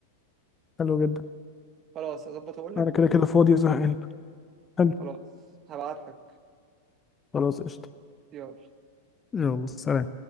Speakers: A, on the left; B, on the right.
A: حلو جدا
B: خلاص هظبط واقول لك
A: انا كده كده فاضي وزهقان حلو
B: خلاص هبعت لك
A: خلاص قشطة
B: يلا
A: يلا سلام